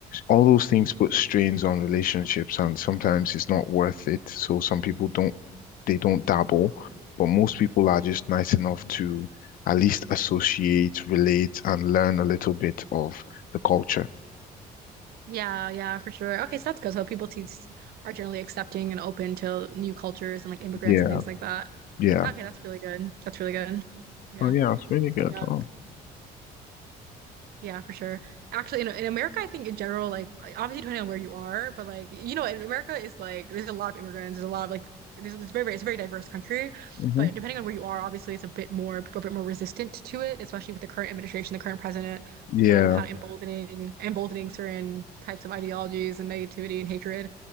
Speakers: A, on the left; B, on the right.
A: All those things put strains on relationships, and sometimes it's not worth it. So some people don't they don't dabble, but most people are just nice enough to at least associate, relate, and learn a little bit of the culture.
B: Yeah, yeah, for sure. Okay, so that's good. So people te- are generally accepting and open to new cultures and like immigrants
A: Yeah,
B: and things like that.
A: yeah.
B: Okay, that's really good. That's really good. Yeah,
A: Oh, yeah, it's really good.
B: yeah,
A: Oh,
B: yeah, for sure. Actually, in in America, I think in general, like obviously depending on where you are, but like you know, in America is like there's a lot of immigrants. There's a lot of like there's it's very very it's a very diverse country,
A: hmm
B: but depending on where you are, obviously it's a bit more people are a bit more resistant to it, especially with the current administration, the current president,
A: Yeah,
B: um, kind of emboldening emboldening certain types of ideologies and negativity and hatred